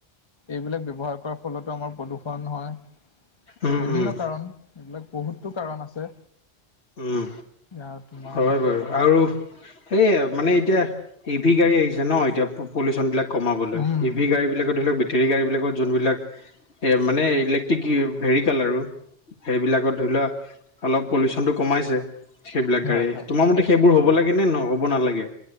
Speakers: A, on the left (about 25°); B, on the left (about 80°).
A: এইবিলাক ব্যৱহাৰ কৰাৰ ফলতো আমাৰ প্ৰদূষণ হয়।
B: উম
A: বিভিন্ন
B: উম
A: কাৰণ, এইবিলাক বহুতো কাৰণ আছে।
B: উম,
A: এতিয়া তোমাৰ
B: হয় বাৰু। আৰু এয়ে মানে এতিয়া এ ভি গাড়ী আহিছে ন' এতিয়া পলিউচনবিলাক কমাবলৈ,
A: উম
B: ইভি গাড়ীবিলাক ধৰি লক বেটেৰী গাড়ীবিলাকত যোনবিলাক মানে ইলেট্ৰিক ভেহিকেল আৰু সেইবিলাকত ধৰি লোৱা অলপ পলিউচন চনটো কমাইছে সেইবিলাক গাড়ীয়ে,
A: হয় হয়
B: তোমাৰ মতে সেইবোৰ হ'ব লাগে নে নহ'ব নালাগে?